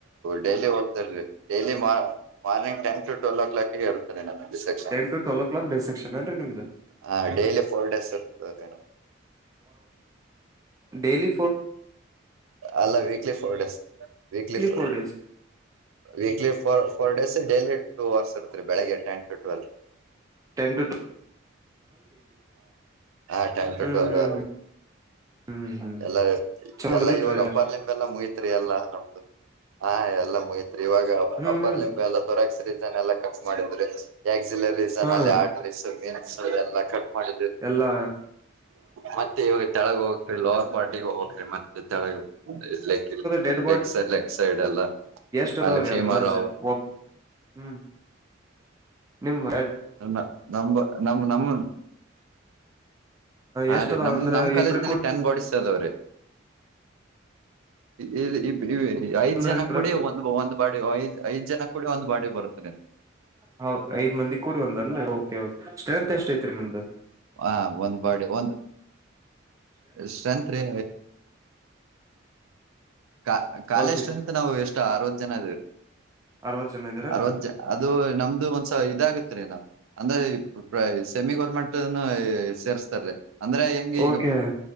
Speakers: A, on the right; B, on the right.
A: ಡೈಲಿ ಹೋಗ್ತಾರೀ ಡೈಲಿ ಮಾರ್ ಮಾರ್ಿಂಗ್ ಟನ್ ಟ್ವೆಲ್ವ ಕ್ಲಾ ಗ ಇರುತ್ತಾರೆ ನಮವು
B: ten to twelve o'clock dissection ಏನ್ರಿ ನಿಮ್ದು
A: ಹ ಡೇಲಿ ಫೋರ್ ಡೇಸ್ ಇರ್ತಮ್
B: ೇಲಿ
A: ಅಲ್ಲ weekly food weekly food
B: four days
A: weekly ಫೋ four days daily two hours ಇರುತ್ತ ರೀ ಬೆಳಗ್ಗೆ ಟೈನ್ ಟ ಟ್ವೆಲ್
B: ಟೆನ್ಟು
A: ಆ ಟ್ಯಾಂಕ್ಟೋಟಲ್ದ
B: ಹ್ಮ್ ಹ್ಮ್ ಹ್ಮ್ ಹ್ಮ್ ಹ್ಮ್
A: ಎಲ್ಲ
B: ಚಲೋ ನಡದೈತ್ರಿ
A: ಎಲ್ಲಾ ಇವಾಗ
B: ಅದ.
A: ಅಪ್ಪಾರ್ಲಿಂಬೆಲ್ಲಾ ಮುಗತ್ರಿ ಎಲ್ಲಾ ನಮ್ದು ಹಾ ಎಲ್ಲಾ ಮುಗತ್ರಿ ಇವಾಗ
B: ಹ್ಮ್
A: ಅಪ್ಪರ್
B: ಹ್ಮ್
A: ಲಿಂಬ ಎಲ್ಲಾ ತೊರಾಕ್ಸ್ರಿ ಕಟ್ ಮಾಡಿದ್ರೆ ಎಕ್ಲಸ್
B: ಹಾ
A: ಅಲ್ಲಿ ಆಡ್ರೀಸ್ ಮೀನ್ ಎಲ್ಲ ಕ ಮಾಡ
B: ಎಲ್ಲಾ
A: ಮತ್ತೆ ಇವಾಗ ತೆಳಗ ಹೋಗಕ್ರಿ ಲೋವರ್ ಪಾರ್ಟಿಗ ಹೋಗಕ್ರಿ ಮತ್ತೆ ಳ ಲೆ
B: dead
A: leg side leg side ಎಲ್ಲ
B: ಇಷ್ಟರ
A: ಅಲ್ಲಿ ಫೀಮರ್
B: ಎಂದಚ ಒ ಹ್ಮ್ ನಿಮ್ಮ್
A: ನ ನಮ್ಮ ನಮ್ಮ ಹಾ
B: ಎಷ್ಟ
A: ರೀ
B: ಅದಾವ
A: ನಮ
B: ಅಂದ್ರ
A: ನಮ್ ಕಾಲೇಜ್
B: ಇಬ್ರು
A: ನಲ್ಲಿ
B: ಕೂಡ
A: ಟೆನ್ ಬಾಡಿಸಸ್ ಅದವ್ರೀ ಇ ಐದ್
B: ಅಂದ್ರ
A: ಜನ ಕೂಡ ಒಂದ ಒಂದ ಬಾ ಐದ್ ಐದ್ ಜನ ಕೂಡ ಒಂದು ಬಾಡಿ ಬರುತ್ತೆ
B: ಹೌ ಐದ್ ಮಂದಿ ಕೂಡಿ ಒಂದನ್ರಿ ಸ್ಟ್ರೆಂತ್ ಎಷ್ಟ ಐತ್ರಿ ನಿಮ್ದ
A: ಹ ಒಂದು ಬರ್ಡೆ ಒಂದು ಸ್ಟ್ರೆಂತ್ ರಿ ಕ ಕಾಲೇಜ್
B: ಒನ್ ಫಿಫ್ಟಿ
A: ಅಂತ ನಾವು ಎಷ್ಟು ಅರವತ್ತು ಜನರ
B: ಅರವತ್ ಜನ ಇದ್ದೀರೇನ್ರಿ
A: ಅರವತ್ ಜ ಅದು ನಮ್ದು ಒಂದ್ಸ ಇದಾಗತ್ರಿ ನ ಅಂದ್ರೆ ಸೆಮಿ ಗೌರ್ಮೆಂಟ್ನು ಸೇರಿಸತಾರ ಅಂದ್ರೆ ಹೆಂಗ ಈಗ
B: ಓಕೆ